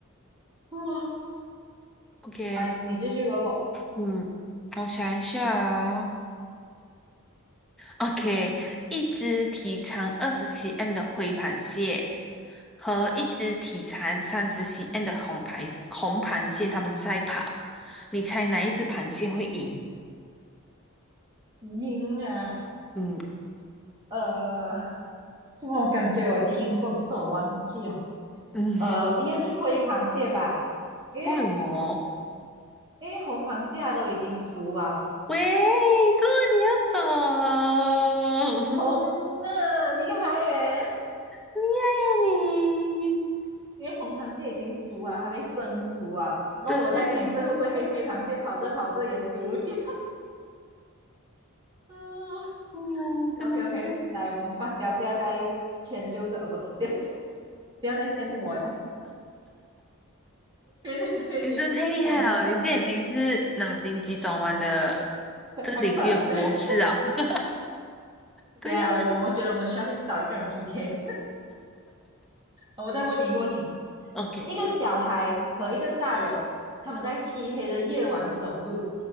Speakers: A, on the right; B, in the centre.
A: 哦，
B: OK，
A: 来，你继续问我，
B: 嗯，我想一下啊、OK，一只体长二十 cm 的灰螃蟹和一只体长三十 cm 的红螃红螃蟹，它们赛跑，你猜哪一只螃蟹会赢？
A: 赢啊，
B: 嗯
A: 呃，我感觉我听过，可是我忘记了。
B: 嗯，
A: 呃，应该是灰螃蟹吧，因为
B: 为什么？
A: 因为红螃蟹它都已经熟啊，
B: 喂，这个你要懂，<laughs>
A: 红了，
B: 厉
A: 厉害耶！
B: 害呀你，
A: 因为红螃蟹已经熟啊，它被蒸熟啊。然后我在想，
B: 对。
A: 这会不会黑黑螃蟹跑着跑着也熟掉？嗯
B: 哎呦，真的是，
A: ，OK OK，来，我们罢掉，不要再迁就这，呃，不，不要不要再羡慕我了，别你别你，
B: 你真的太厉害了！
A: 开玩笑开玩笑
B: 你现在已经是脑筋急转弯的这个领域的博士啊。
A: ，expert <laughs>。
B: <laughs> 对呀
A: 对啊，我我觉得我们需要去找一个人 PK。我再问你一个问题。
B: ，OK
A: 一个小孩和一个大人，他们在漆黑的夜晚走路，